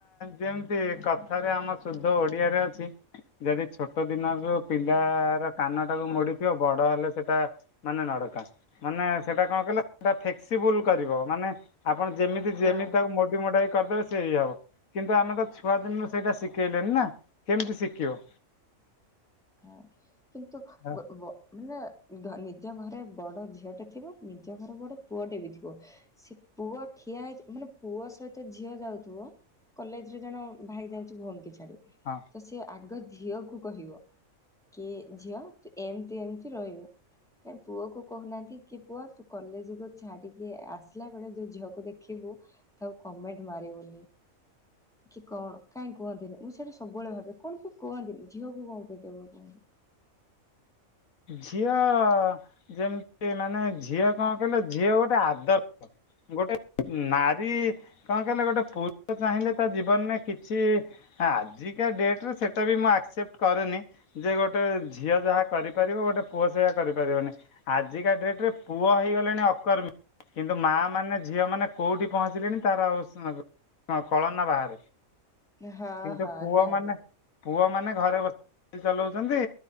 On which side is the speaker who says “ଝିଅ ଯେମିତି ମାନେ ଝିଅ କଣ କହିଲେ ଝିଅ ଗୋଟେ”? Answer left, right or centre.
Left